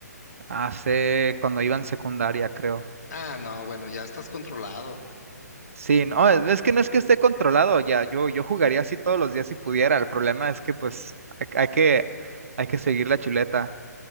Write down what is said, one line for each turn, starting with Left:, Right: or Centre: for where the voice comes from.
Right: Hace cuando iba en secundaria, creo.
Left: Ah, no, bueno, ya estás controlado.
Right: Sí, no, es es que no es que esté controlado ya, yo, yo jugaría así todos los días si pudiera, el problema es que pues hay, hay que, hay que seguir la chuleta,